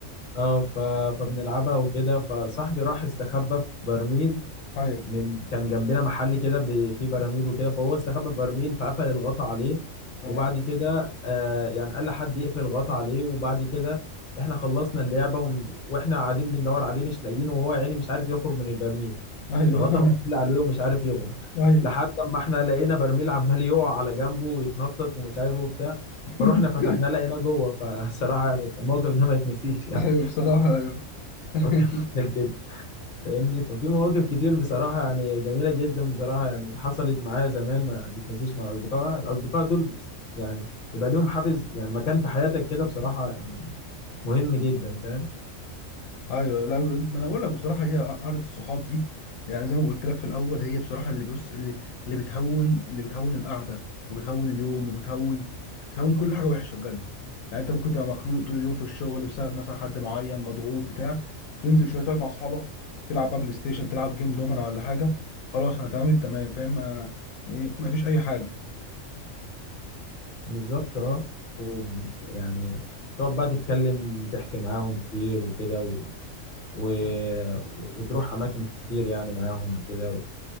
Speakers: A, on the left; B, on the left.
A: اه ف- فبنلعبها وكده فصاحبي راح استخبى في برميل
B: ايوه
A: من كان جنبنا محل كده ب- فيه براميل وكده فهو استخبى في برميل فقفل الغطا عليه
B: تمام
A: وبعد كده آه يعني قال لحد يقفل الغطا عليه وبعد كده احنا خلصنا اللعبه وم- واحنا قاعدين بندور عليه مش لاقيينه وهو يعني مش عارف يخرج من البرميل
B: ايوه
A: الغطا
B: <laughs>
A: مقفول عليه ومش عارف يخرج
B: ايوه
A: لحد ما احنا لقينا برميل عمال يقع على جنبه ويتنطط ومش عارف ايه وبتاع
B: <laughs>
A: فروحنا فتحناه لقيناه جوه <laughs> فصراحه يعني الموقف ده ما يتنسيش يعني
B: ايوه بصراحة ايوه
A: <laughs>
B: <laughs>
A: موقف مضحك جدا. فاهمني ففي مواقف كتير بصراحة يعني جميلة جدا بصراحة يعني حصلت معايا زمان ما تتنسيش مع الأصدقاء الأصدقاء دول بس- يعني يبقى ليهم حافز يعني مكان في حياتك كده بصراحة يعني مهم جدا فاهم
B: ايوه لا ما انا بقول لك بصراحة هي قعدة الصحاب دي يعني زي ما قلت لك في الاول هي بصراحة اللي بص اللي اللي بتهون اللي بتهون القعدة وبتهون اليوم وبتهون بتهون كل حاجة وحشة بجد يعني انت ممكن تبقى مخنوق طول اليوم في الشغل بسبب مثلا حد معين مضغوط بتاع تنزل شوية تقعد مع صحابك تلعب بقى بلاي ستيشن تلعب جيم دومنا ولا حاجة خلاص انا تمام التمام فاهم ما إيه، ما فيش اي حاجة
A: بالظبط اه و- يعني تقعد بقى تتكلم وتحكي معاهم كتير وكده و... و... وتروح أماكن كتير يعني معاهم وكده و...